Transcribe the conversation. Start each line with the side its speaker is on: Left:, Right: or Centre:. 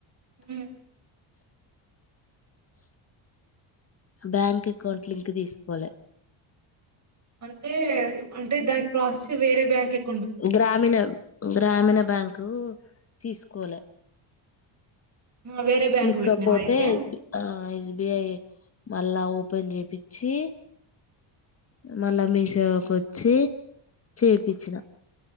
Right: హ్మ్
Left: బ్యాంక్ అకౌంట్ లింక్ తీసుకోలే,
Right: అంటే అంటే దానికి ప్రాసెస్ వేరే బ్యాంక్ అకౌ
Left: గ్రామీణ గ్రామీణ బ్యాంక్ తీసుకోలే
Right: ఆ వేరే బ్యాంక్
Left: తీసుకోపోతే
Right: పెట్టినవ అయితే
Left: S B, S B I మళ్ళా ఓపెన్ చేపిచ్చి, మళ్ళా మీసేవ కి వచ్చి చేపిచ్చిన,